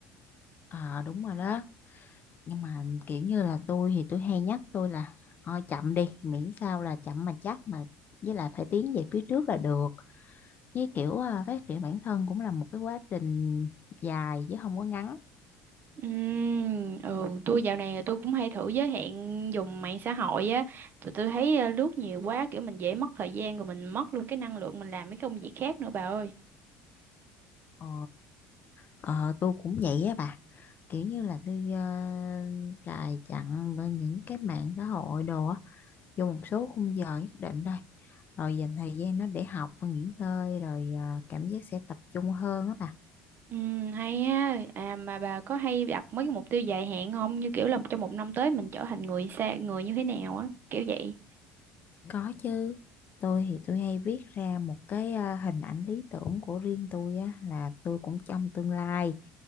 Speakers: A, on the left (about 40°); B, on the right (about 45°).
A: Ờ, đúng rồi đó nhưng mà kiểu như là tôi thì tôi hay nhắc tôi là thôi chậm đi miễn sao là chậm mà chắc mà với lại phải tiến về phía trước là được với kiểu à, phát triển bản thân cũng là một cái quá trình dài chứ không có ngắn
B: Ừm, ừ, tôi dạo này tôi cũng hay thử giới hạn dùng mạng xã hội á. Tụi tôi thấy ờ, lướt nhiều quá kiểu mình dễ mất thời gian rồi mình mất luôn cái năng lượng mình làm mấy công việc khác nữa bà ơi.
A: ờ, ờ tôi cũng vậy á bà kiểu như là tôi ờ, cài chặn bên những cái mạng xã hội đồ á vô một số khung giờ nhất định thôi rồi dành thời gian nó để học những nơi rồi à, cảm giác sẽ tập trung hơn á bà
B: Ừm, hay á. À mà bà có hay đặt mấy cái mục tiêu dài hạn không? Như kiểu là trong một năm tới mình trở thành người xa người như thế nào á, kiểu vậy.
A: Có chứ, tôi thì tôi hay viết ra một cái à, hình ảnh lý tưởng của riêng tôi á, là tôi cũng trong tương lai